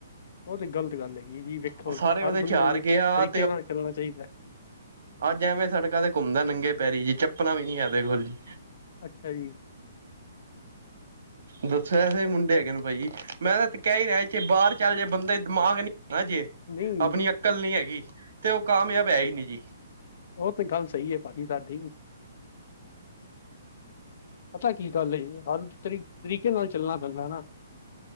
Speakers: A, on the left; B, on the right.
A: ਓ ਤੇ ਗ਼ਲਤ ਗੱਲ ਹੈਗੀ ਏ ਜੀ, ਵੇਖੋ
B: ਉਹ ਸਾਰੇ
A: ਹਾਰ
B: ਉਹਦੇ
A: ਬੰਦੇ
B: ਚ
A: ਨੂੰ
B: ਗਿਆ
A: ਤਰੀਕੇ ਨਾਲ ਚੱਲਨਾ ਚਾਈਦੈ।
B: ਆੱਜ ਐਵੇਂ ਸੜਕਾਂ ਤੇ ਘੁੰਮਦੈ, ਨੰਗੇ ਪੈਰੀ ਜੀ ਚੱਪਲਾਂ ਵੀ ਨੀ ਐ ਐਦੇ ਦੇ ਕੋੋਲ ਜੀ।
A: ਅੱਛਾ ਜੀ।
B: ਦੱਸੋ, ਐਸੇ ਵੀ ਮੁੰਡੇ ਹੈਗੇ ਨੂੰ ਭਾਜੀ। ਮੈਂ ਤੇ ਕੈਈ ਰੇਆ, ਚਏ ਬਾਰ ਚੱਲ ਜੇ ਬੰਦੇ ਦਿਮਾਗ ਨਈ ਆ ਨਾ ਜੇ
A: ਨਹੀਂ
B: ਆਪਣੀ ਅਕਲ ਨੀ ਹੈਗੀ, ਤੇ ਓ ਕਾਮਯਾਬ ਹੈ ਈ ਨੀ ਜੀ।
A: ਓ ਤੇ ਗਾੱਲ ਸਈ ਏ ਭਾਜੀ ਤਾਹਡੀ। ਪਤਾ ਕੀ ਗਾੱਲ ਏ ਜੀ, ਹਰ ਤਰੀ ਤਰੀਕੇ ਨਾਲ ਚੱਲਨਾ ਪੈਂਦੈ ਏ ਨਾ